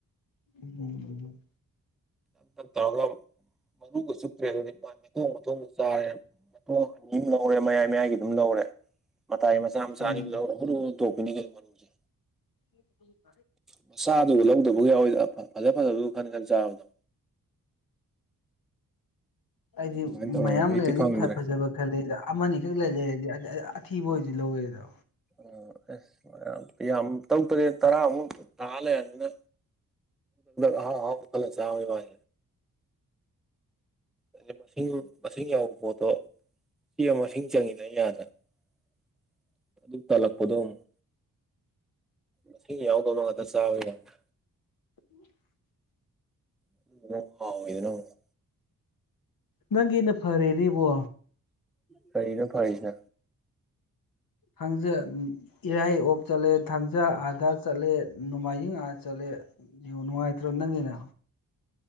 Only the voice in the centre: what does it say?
ꯗꯤ ꯗꯛ ꯇꯧꯔꯒ ꯃꯔꯨꯒꯥꯛ ꯆꯨꯞꯇ꯭ꯔꯦ ꯑꯗꯨꯗꯤ ꯑꯊꯣꯡꯕꯊꯣꯡꯕ ꯆꯥꯔꯦ ꯃꯇꯣꯡ ꯑꯅꯤ ꯑꯃ ꯂꯧꯔꯦ ꯃꯌꯥꯏ ꯃꯌꯥꯏꯒꯤ ꯗꯨꯝꯃ ꯂꯧꯔꯦ ꯃꯇꯥꯏ ꯃꯆꯥ ꯃꯆꯥ
ꯑꯅꯤꯡ ꯂꯧꯔ ꯍꯨꯔ ꯍꯨꯟ ꯇꯣꯛꯄꯤꯅꯤ ꯀꯩꯅꯣ ꯃꯔꯨꯁꯦ
ꯃꯆꯥꯗꯨ ꯂꯧꯗꯕ ꯌꯥꯎꯋꯤꯗ ꯐꯖ ꯐꯖꯕ ꯈꯟ ꯈꯟ ꯆꯥꯕꯗꯣ
ꯑꯗꯨꯃꯥꯏꯅ ꯇꯧꯋꯦꯕ
ꯍꯧꯖꯤꯛꯇꯤ
ꯐꯪꯗ꯭ꯔꯦ
ꯎ ꯑꯦꯁ ꯌꯥꯝ ꯇꯧ ꯇꯔꯦ ꯇꯔꯥꯃꯨꯛ ꯊꯥ ꯂꯩꯔꯅꯤꯅ ꯑꯍꯥꯎ ꯑꯍꯥꯎꯕ ꯈꯜꯂꯥ ꯆꯥꯎꯍꯦ ꯚꯥꯏ ꯑꯗꯤ ꯃꯁꯤꯡ ꯃꯁꯤꯡ ꯌꯥꯎꯕ ꯄꯣꯠꯇꯣ ꯁꯤ ꯑꯃ ꯃꯁꯤꯡ ꯆꯪꯉꯤꯗ ꯌꯥꯗꯅ <inaudible> ꯑꯗꯨꯛ ꯇꯥꯜꯂꯛꯄꯗꯣ ꯑꯃꯨꯛ ꯃꯁꯤꯡ ꯌꯥꯎꯗꯅ ꯉꯥꯛꯇ ꯆꯥꯕꯔꯤꯀꯥꯟꯗ
<unintelligible>
ꯀꯔꯤꯅ ꯐꯔꯤꯁꯦ